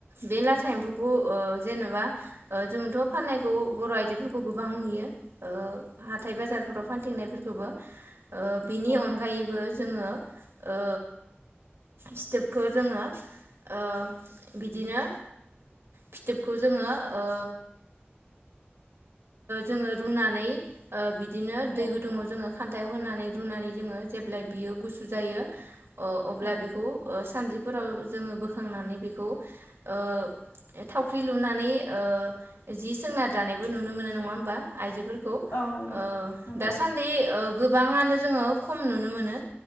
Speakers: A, on the right; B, on the left.
A: बे लाथा एम्फौखौ ओ जेनेबा ओ‌ जोंथ' फाननायखौ बर' आइजोफोरखौ गोबां नुयो। ओ हाथाय बाजारफोराव फानथिंनाय फोरखौबो बिनि
B: औ
A: अनगायैबो जोंङो ओ फिथोबखौ जोंङो ओ‌ बिदिनो फिथोबखौ जोंङो ओ जोंङो रुनानै ओ बिदिनो दै
B: औ
A: गुदुङाव जोंङो खान्थायाव होनानै रुनानै जोंङो जेब्ला बियो गुसु जायो अ-अब्ला
B: औ
A: बेखौ ओ सानद्रिफोराव जोंङो बोखांनानै बेखौ ओ थावख्रि लुनानै ओ जि सोंना दानायबो नुनो मोनो नङा होमबा आइजोफोरखौ।
B: औ नोंगौ
A: ओ
B: नोंगौ।
A: दासान्दि ओ गोबाङानो जोंङो खम नुनो मोनो